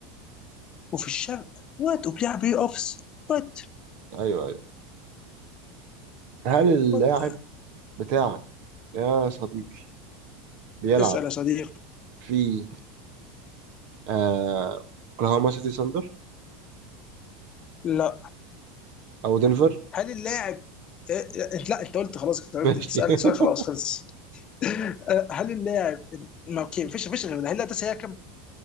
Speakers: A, on the left; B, on the right.
A: وفي الشرق وات وبيلعب بلاي اوفس وات
B: ايوه ايوه هل اللاعب
A: وات
B: بتاعك يا صديقي بيلعب
A: اسأل يا صديقي
B: في آه، اوكلاهوما سيتي ساندر
A: لا
B: او دنفر؟
A: هل اللاعب إيه- إيه- لا انت قلت خلاص جاوبت،
B: ماشي
A: انت سالت سؤال خلاص
B: <laughs>
A: خلص <laughs> آه، هل اللاعب ما اوكي مفيش مفيش غير ده هل اللاعب ده سيهاكم؟